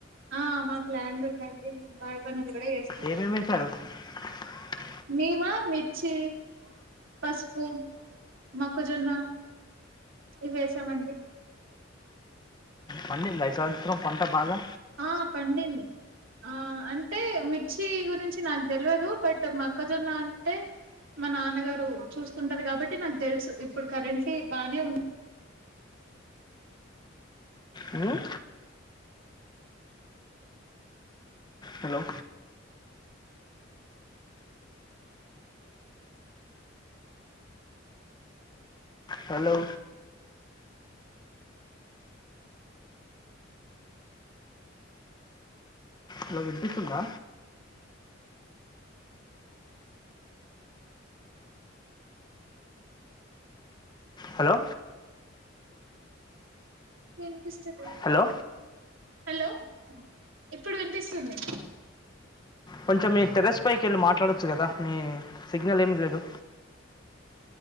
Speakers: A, on the right; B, on the left.
A: ఆ మాకు ల్యాండుందండి ఉమ్ బాయి పను ల్ కుడ ఎస్తం
B: ఏమేమి వేశారు <inaudible>
A: మేమా మిచ్చి పస్ పు మొక్కజొన్న ఇవేసామండి
B: పండిందా ఈ సన్ త్రం <unintelligible> పంట బాగా
A: ఆ పండింది ఆ అంటే మిచ్చి గురించి నాక్ దేల్ వదు బటు మక్కజొన్న అంటే మా నాన్నగారు చూస్తుంటార్ కాబట్టి నాక్ దేల్ స్ ఇప్పుడు కరెంట్లీ బానే ఉం
B: మ్మ్? హలో హలో హలో విపిస్తుందా హలో
A: ఇన్ పిస్ చదో <unintelligible>
B: హలో
A: హలో ఇప్పుడు ఇన్ పిస్తుంది
B: కొంచం మీ టెరస్ పైకి ఎళ్ళి మాట్లాడొచ్చు కదా మీ సిగ్ నల్ ఏమ్ లేదు